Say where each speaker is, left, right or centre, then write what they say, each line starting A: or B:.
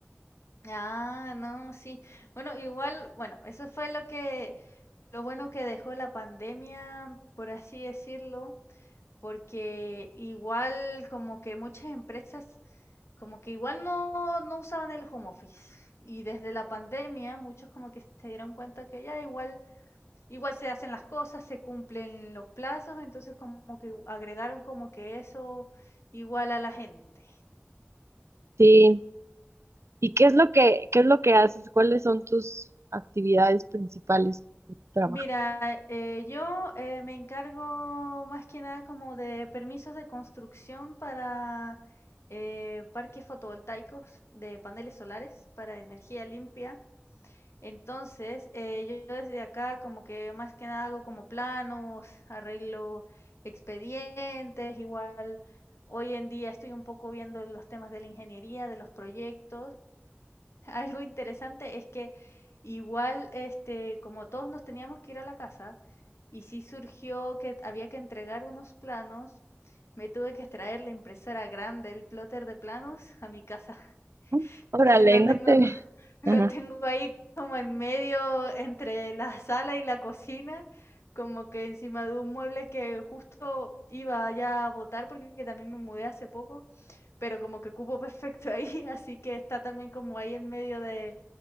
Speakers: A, on the left (about 80°); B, on the right (about 90°).
A: Ah, no, sí. Bueno, igual, bueno, eso fue lo que, lo bueno que dejó la pandemia, por así decirlo, porque igual como que muchas empresas como que igual no, no usaban el home office. Y desde la pandemia muchos como que se dieron cuenta que ya igual Igual se hacen las cosas, se cumplen los plazos, entonces como que agregaron como que eso igual a la gente.
B: Sí. ¿Y qué es lo que, qué es lo que haces? ¿Cuáles son tus actividades principales en tu trabajo?
A: Mira, eh, yo eh, me encargo más que nada como de permisos de construcción para eh, parques fotovoltaicos de paneles solares para energía limpia. Entonces, eh, yo desde acá como que más que nada hago como planos, arreglo expedientes, igual hoy en día estoy un poco viendo los temas de la ingeniería, de los proyectos. <laughs> Algo interesante es que igual, este, como todos nos teníamos que ir a la casa y sí surgió que había que entregar unos planos, me tuve que extraer la impresora grande, el plotter de planos a mi casa.
B: Mm, Órale,
A: Entonces lo tengo,
B: no te...
A: c- <laughs> lo
B: Ajá.
A: tengo ahí como en medio entre la sala y la cocina, como que encima de un mueble que justo iba ya a botar porque también me mudé hace poco, pero como que cupo perfecto ahí, <laughs> así que está también como ahí en medio de,